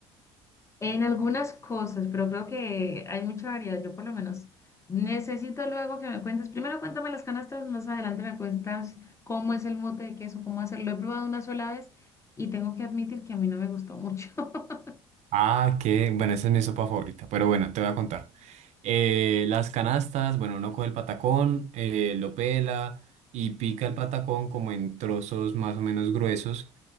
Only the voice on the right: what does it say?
Ah, qué, bueno, esa es mi sopa favorita, pero bueno, te voy a contar. Eh, las canastas, bueno, uno coge el patacón, eh, lo pela y pica el patacón como en trozos más o menos gruesos